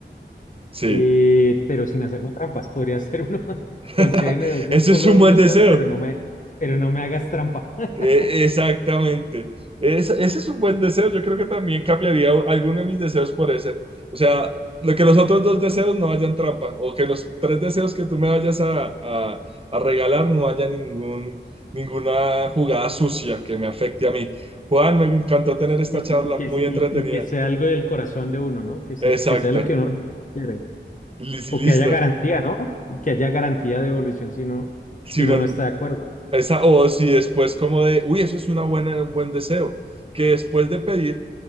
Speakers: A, on the right (about 30°); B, on the left (about 45°).
A: Sí,
B: Eh, pero sin hacerme trampas, podría ser uno. <laughs>
A: <laughs>
B: Concédeme dos de,
A: ese
B: solo
A: es un
B: dos
A: buen
B: deseos,
A: deseo.
B: pero no me, pero no me hagas trampa. <laughs>
A: Eh, exactamente. Es- ese es un buen deseo. Yo creo que también cambiaría alguno de mis deseos por ese. O sea, lo que los otros dos deseos no hayan trampa o que los tres deseos que tú me vayas a, a- a regalar no haya ningún, ninguna jugada sucia que me afecte a mí. Juan, me encantó tener esta
B: Y
A: charla
B: que, y que,
A: muy
B: se-
A: entretenida.
B: y, y que sea algo del corazón de uno, ¿no? Que se
A: Exacto.
B: que sea lo que uno quiere.
A: Lis-
B: O
A: Listo.
B: que haya garantía, ¿no? Y que haya garantía de devolución si no,
A: Si
B: si uno
A: uno-
B: no está de acuerdo.
A: esa, o si después como de, uy, eso es una buena, un buen deseo, que después de pedir